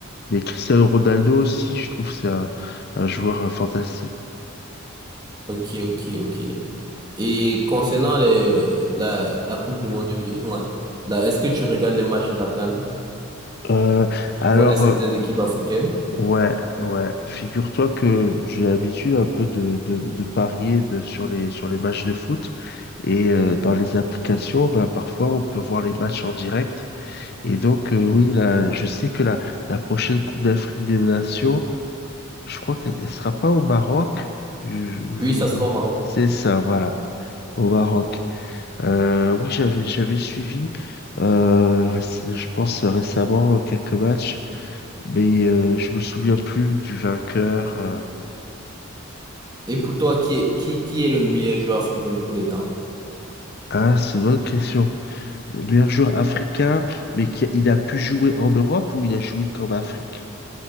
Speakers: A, on the left; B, on the right.
A: Mais Cristiano Ronaldo aussi, je trouve que c'est un, un joueur euh, fantastique.
B: Ok, ok, ok. Et concernant les, la, la Coupe du Monde, de bu- ouais, là, est-ce que tu regardes les matchs de la CAN?
A: Euh,
B: Tu
A: alors,
B: connais certaines
A: euh,
B: équipes africaines?
A: ouais, ouais, figure-toi que j'ai l'habitude un peu de, de, de parier de- sur les, sur les matchs de foot. Et euh, dans les applications, bah, parfois, on peut voir les matchs en direct. Et donc, euh, oui, là, je sais que la, la prochaine Coupe d'Afrique des Nations, Je crois qu'elle ne sera pas au Maroc. Je- je-
B: Oui, ça sera
A: je-
B: au Maroc.
A: c'est ça, voilà, au Maroc. Euh, oui, j'avais j'avais suivi, euh, réc- je pense récemment, euh, quelques matchs, mais euh, je me souviens plus du vainqueur. euh.
B: Et pour toi, qui est, qui, qui est le meilleur joueur africain de tous les temps?
A: Ah, c'est une bonne question. Le meilleur joueur africain, mais qui, il a pu jouer en Europe ou il a joué qu'en Afrique?